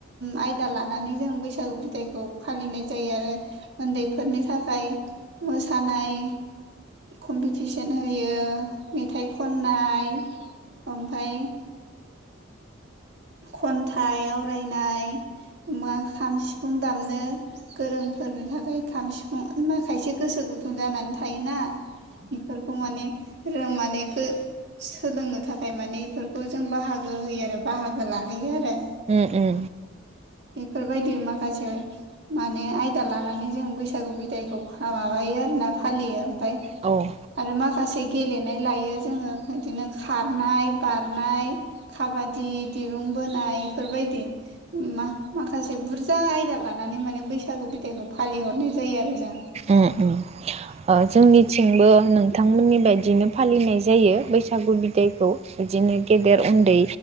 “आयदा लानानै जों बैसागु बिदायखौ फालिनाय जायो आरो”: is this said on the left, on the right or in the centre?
Right